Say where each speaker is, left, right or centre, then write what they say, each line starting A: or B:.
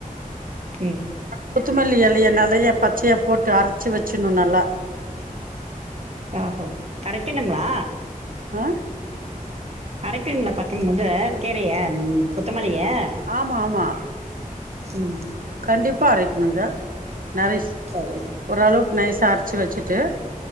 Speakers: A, on the right (about 45°); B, on the right (about 75°).
A: ம்
B: குத்துமல்லி எலைய நறைய பச்சையா போட்டு அரச்சு வச்சுணு நல்லா
A: ஆஹோ கரைக்கணுங்ளா
B: அ
A: அரைக்கனுங்ளா பச்ச மொத கீரைய கொத்தமல்லிய
B: ஆமா ஆமா
A: ம்
B: கண்டிப்பா அரைக்கணுங்க நறீஸ்
A: சரி
B: ஓரளவுக்கு நைஸா அரச்சு வெச்சுட்டு